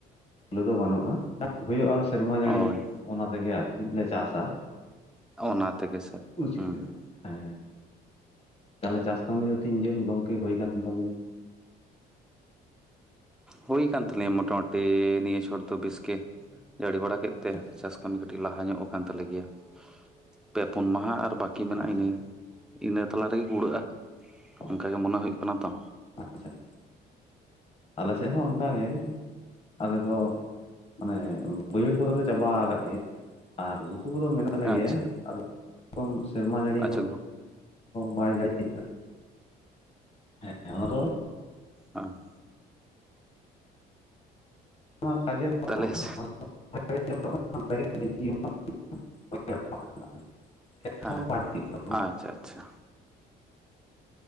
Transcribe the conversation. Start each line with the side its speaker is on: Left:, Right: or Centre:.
Left: ᱥᱤᱞᱳ ᱫᱚ ᱵᱟᱹᱱᱩᱜ-ᱟ ᱦᱩᱭᱩᱜ-ᱟ ᱥᱮᱨᱢᱟ ᱡᱟᱹᱲᱤ
Centre: ᱦᱳᱭ
Left: ᱚᱱᱟ ᱛᱮᱜᱮ ᱟᱨᱠᱤ ᱞᱮ ᱪᱟᱥ-ᱟ᱾
Centre: ᱚᱱᱟ
Left: <inaudible>
Centre: ᱛᱮᱜᱮ ᱥᱮ ᱦᱩᱸ
Left: ᱦᱮᱸ ᱛᱟᱦᱚᱞᱮ ᱪᱟᱥ ᱠᱟᱹᱢᱤ ᱫᱚ ᱛᱤᱱ ᱡᱷᱟᱹᱞ ᱜᱚᱝᱠᱮ ᱦᱩᱭ ᱠᱟᱱ ᱛᱟᱵᱤᱱᱟ?
Centre: ᱦᱩᱭ ᱠᱟᱱ ᱛᱟᱞᱤᱧ ᱢᱳᱚᱴᱟᱢᱩᱴᱤ ᱱᱤᱭᱟᱹ ᱪᱷᱚᱴ ᱫᱚ ᱵᱮᱥ ᱜᱮ᱾ ᱡᱟᱹᱲᱤ ᱵᱟᱲᱟ ᱠᱮᱫ ᱛᱮ
Left: ᱟᱪᱪᱷᱟ
Centre: ᱪᱟᱥ ᱠᱟᱹᱢᱤ ᱠᱟᱹᱴᱤᱡ ᱞᱟᱦᱟ ᱧᱚᱜ ᱟᱠᱟᱱ ᱛᱟᱞᱮ ᱜᱮᱭᱟ ᱯᱮ ᱯᱩᱱ ᱢᱟᱦᱟ ᱟᱨ ᱟᱨ ᱵᱟᱹᱠᱤ ᱢᱮᱱᱟᱜ-ᱟ
Left: ᱟᱪᱪᱷᱟ
Centre: ᱤᱱᱟᱹ ᱤᱱᱟᱹ ᱛᱟᱞᱟ ᱨᱮᱜᱮ ᱠᱩᱲᱟᱹᱜ-ᱟ
Left: ᱚ
Centre: ᱚᱱᱠᱟ ᱜᱮᱮ ᱢᱚᱱᱮ ᱦᱩᱭᱩᱜ ᱠᱟᱱᱟ ᱛᱚ
Left: ᱟᱪᱪᱷᱟ ᱪᱷᱟ ᱟᱞᱮ ᱥᱮᱫ ᱦᱚᱸ ᱚᱱᱠᱟᱜᱮ ᱟᱞᱮ ᱫᱚᱼᱼ ᱢᱟᱱᱮ ᱵᱟᱹᱭᱦᱟᱹᱲ ᱠᱚᱫᱚᱞᱮ ᱪᱟᱵᱟᱣ ᱠᱟᱫ ᱜᱮᱭᱟ ᱟᱨ ᱜᱷᱩᱴᱩ ᱠᱚᱫᱚ ᱢᱮᱱᱟᱜ ᱞᱮ ᱜᱮᱭᱟ
Centre: ᱟᱪᱪᱷᱟ
Left: ᱟᱫᱚᱼᱼ ᱛᱩᱝ ᱥᱮᱨᱢᱟ ᱡᱟᱹᱲᱤ
Centre: ᱟᱪᱪᱷᱟ
Left: ᱦᱚᱸ ᱵᱟᱭ ᱡᱟᱹᱲᱤ <inaudible> ᱦᱮᱸ ᱚᱱᱟ ᱫᱚ
Centre: ᱟᱸ
Left: ᱱᱚᱣᱟ ᱠᱟᱡᱮᱨ ᱼᱼ
Centre: ᱛᱟᱞᱮᱥ
Left: <inaudible> <inaudible>
Centre: ᱦᱮᱸ ᱟᱪᱪᱷᱟ ᱟᱪᱪᱷᱟ